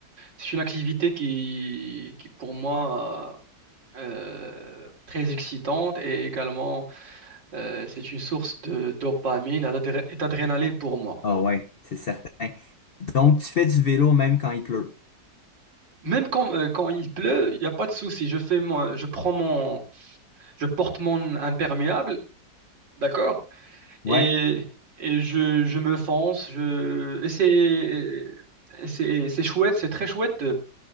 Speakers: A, on the right; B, on the left.
A: c'est une activité qui, qui pour moi, euh, très excitante et également euh, c'est une source de dopamine et d'adré- et d'adrénaline pour moi.
B: Ah ouais, c'est certain. Donc, tu fais du vélo même quand il pleut.
A: Même quand, euh, quand il pleut, il n'y a pas de souci. Je fais mon- je prends mon, je porte mon imperméable, d'accord?
B: Ouais.
A: Et, et je, je me fonce. Je, et c'est, et c'est, c'est chouette, c'est très chouette